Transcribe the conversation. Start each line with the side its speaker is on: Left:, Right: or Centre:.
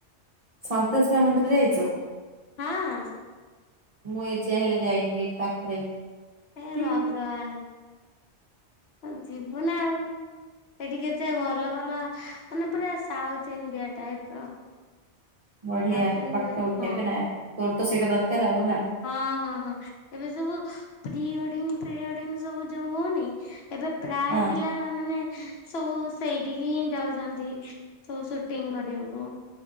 Right: ସନ୍ତୋଷୀ ମା ମନ୍ଦିର ଯାଇଚୁ?
Left: ହଁ।
Right: ମୁଁ ଏଯାଏଁ ହେଲେ ଯାଇନି ଏଇ ପାଖେରେ ହେଇକି।
Left: ହେ!
Right: ହୁଁ
Left: ଭଗବାନ୍। ହଁ- ଯିବୁ ନା ଆଉ। ସେଠି କେତେ ଭଲ ଭଲ ମାନେ ପୁରା ସାଉଥ୍ ଇଣ୍ଡିଆ ଟାଇପ୍ ର।
Right: ବଢିଆ
Left: ସାଉଥ ଇଣ୍ଡିଆ
Right: ଫଟୋ ଉଠେବା
Left: ହଁ
Right: ପାଇଁ ନା ତୋର୍ ତ ସେଇଟା ଦରକାର୍ ଆଉ ନା।
Left: ହଁ- ହଁ -ହଁ ଏବେ ସବୁ ପ୍ରି ୱେଡିଙ୍ଗ୍ ପ୍ରେ ୱେଡିଙ୍ଗ୍ ସବୁ ଯଉ ହଉନି ଏବେ ପ୍ରାୟ
Right: ହଁ
Left: ପିଲା ମାନେ ସବୁ ସେଇଠିକି ହିଁ ଯାଉଚନ୍ତି ସବୁ ସୁଟିଂ କରିବାକୁ।